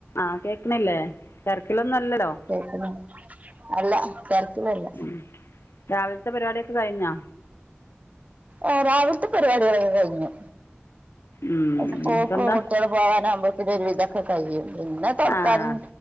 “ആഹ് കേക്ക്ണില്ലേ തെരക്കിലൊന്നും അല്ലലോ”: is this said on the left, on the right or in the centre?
Left